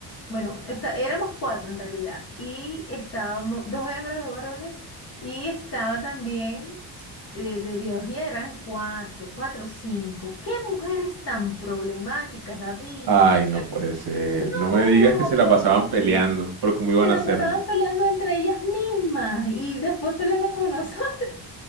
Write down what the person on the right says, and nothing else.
ay, no puede ser.
No me digas que se la pasaban
peleando por cómo
iban
a
hacerlo.